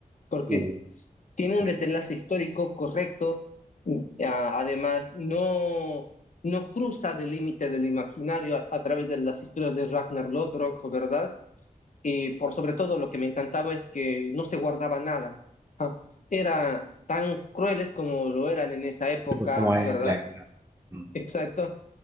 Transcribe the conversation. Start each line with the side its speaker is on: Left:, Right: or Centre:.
Left: porque
Right: uh,
Left: tiene
Right: bueno,
Left: un desenlace histórico correcto, a, además no, no cruza del límite de lo imaginario a, a, través de las historias de Ragnar Lodbrok, ¿verdad? Y por sobre todo lo que me encantaba es que no se guardaba nada. Era tan crueles como lo eran en esa época,
Right: fue como es
Left: ¿verdad?
Right: la época. Mm.
Left: Exacto.